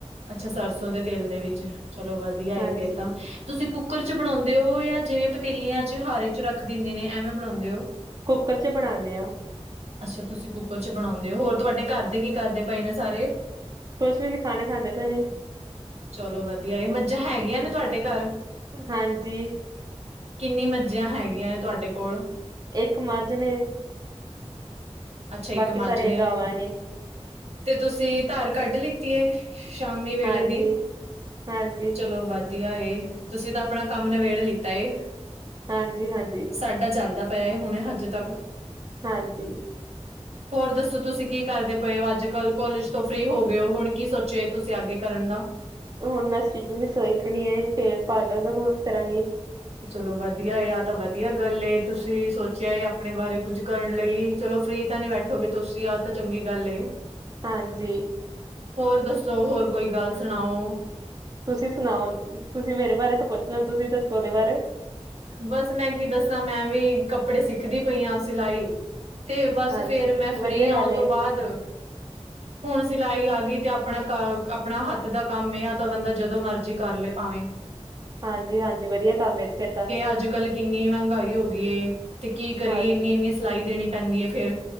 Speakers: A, on the right; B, on the right.
A: ਅੱਛਾ ਸਰਸੋਂ ਦੇ ਤੇਲ ਦੇ ਵਿੱਚ, ਚਲੋ ਵਦੀਆ ਏ
B: ਹਾਂਜੀ
A: ਫੇਰ ਤਾਂ। ਤੁਸੀਂ ਕੁੱਕਰ ਚ ਬਨੌਂਦੇ ਓਂ ਜਾਂ ਜਿਵੇਂ ਪਤੀਲੀਆਂ ਚ ਹਾਰੇ ਚ ਰੱਖ ਦਿੰਦੇ ਨੇ ਐਵੇਂ ਬਨੌਂਦੇ ਓਂ।
B: ਕੁੱਕਰ ਚੇ ਬਨਾਨੇ ਆਂ।
A: ਅੱਛਾ ਤੁਸੀਂ ਕੁੱਕਰ ਚ ਬਨੌਂਦੇ ਓਂ ਹੋਰ ਤੁਆਡੇ ਘਰ ਦੇ ਕੀ ਕਰਦੇ ਪਏ ਨੇ ਸਾਰੇ।
B: ਕੁੱਛ ਵੀ ਨੀ ਖਾਨਾ ਖਾਂਦੇ ਪਏ ਨੇ।
A: ਚਲੋ ਵਦੀਆ ਏ ਮੱਝਾਂ ਹੈਗੀਆਂ ਨੇ ਤੁਆਡੇ ਘਰ।
B: ਹਾਂਜੀ।
A: ਕਿੰਨੀ ਮੱਝੀਆਂ ਹੈਗੀਆਂ ਨੇ ਤੁਆਡੇ ਕੋਲ।
B: ਇੱਕ ਮੱਝ ਨੇ,
A: ਅੱਛਾ ਇੱਕ
B: ਬਾਕੀ
A: ਮੱਝ
B: ਸਾਰੀਆਂ ਗਾਂਵਾਂ ਨੇ।
A: ਤੇ ਤੁਸੀਂ ਧਾਰ ਕੱਢ ਲਿੱਤੀ ਐ ਸ਼ਾਮੀ ਵੇਲੇ
B: ਹਾਂਜੀ
A: ਦੀ
B: ਹਾਂਜੀ
A: ਚਲੋ ਵ ਧੀਆ ਏ ਤੁਸੀਂ ਤਾਂ ਆਪਣਾ ਕੰਮ ਨਿਬੇੜ ਲਿੱਤਾ ਏ।
B: ਹਾਂਜੀ ਹਾਂਜੀ।
A: ਸਾਡਾ ਚੱਲਦਾ ਪਿਆ ਹੁਨੇ ਹਜੇ ਤੱਕ।
B: ਹਾਂਜੀ।
A: ਹੋਰ ਦੱਸੋ ਤੁਸੀਂ ਕੀ ਕਰਦੇ ਪਏ ਓ ਅੱਜ ਕੱਲ ਕੋਲਜ ਤੋਂ ਫਰੀ ਹੋ ਗਏ ਓ ਹੁਣ ਕੀ ਸੋਚਿ ਚੇ ਤੁਸੀਂ ਅੱਗੇ ਕਰਨ ਦਾ।
B: ਹੁਨ ਮੈਂ ਸਟਿਚਿੰਗ ਸਿੱਖਣੀ ਐ ਫੇਰ ਪਾਰਲਰ ਦਾ ਕੋਰਸ ਕਰਾਂਗੀ।
A: ਚਲੋ ਵਧੀਆ ਆ ਤਾਂ ਵਧੀਆ ਗੱਲ ਏ ਤੁਸੀਂ ਸੋਚਿਆ ਐ ਆਪਣੇ ਬਾਰੇ ਕੁੱਝ ਕਰਨ ਲਈ। ਚਲੋ ਫ੍ਰਰੀ ਤਾਂ ਨੀ ਬੈਠੋਗੇ ਤੁਸੀਂ ਆਹ ਤਾਂ ਚੰਗੀ ਗੱਲ ਏ।
B: ਹਾਂਜੀ।
A: ਹੋਰ ਦੱਸੋ ਹੋਰ ਕੋਈ ਗੱਲ ਸੁਣਾਓ?
B: ਤੁਸੀਂ ਸੁਣਾਓ ਹੁਨ ਤੁਸੀਂ ਮੇਰੇ ਬਾਰੇ ਤਾਂ ਪੁੱਛ ਲਿਆ ਹੁਨ ਤੁਸੀਂ ਦੱਸੋ ਆਪਦੇ ਬਾਰੇ?
A: ਬਸ ਮੈਂ ਕੀ ਦੱਸਾਂ ਮੈਂ ਵੀ ਕੱਪੜੇ ਸਿੱਖਦੀ ਪਈ ਆ ਸਿਲਾਈ। ਤੇ ਬਸ
B: ਹਾਂਜੀ
A: ਫੇਰ ਮੈਂ ਫ੍ਰਰੀ
B: ਵਧੀਆ
A: ਆ
B: ਗੱਲ
A: ਓ
B: ਏ
A: ਤੋਂ ਬਾਅਦ। ਹੁਨ ਸਿਲਾਈ ਆ ਗਈ ਤੇ ਆਪਣਾ ਆਪਣਾ ਹੱਥ ਦਾ ਕੰਮ ਏ ਆ ਤਾਂ ਬੰਦਾ ਜਦੋਂ ਮਰਜੀ ਕਰਲੇ ਪਾਵੇ। <inaudible>
B: ਹਾਂਜੀ ਹਾਂਜੀ, ਵਧੀਆ ਕੰਮ ਏ ਫਿਰ ਤਾਂ।
A: ਅੱਜ ਕੱਲ ਕਿੰਨੀ ਮਹਿੰਗਾਈ ਹੋ ਗਈ ਏ ਤੇ ਕੀ ਕਰੀਏ
B: ਹਾਂ
A: ਇੰਨੀ ਇੰਨੀ ਸਿਲਾਈ ਦੇਣੀ। ਪੈਂਦੀ ਐ ਫੇਰ